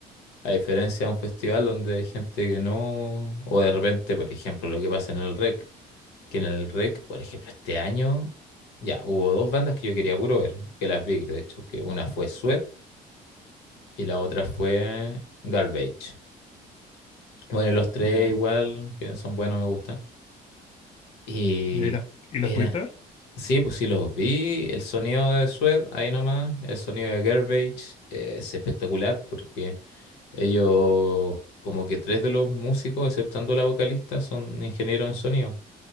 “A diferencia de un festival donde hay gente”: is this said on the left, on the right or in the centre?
Left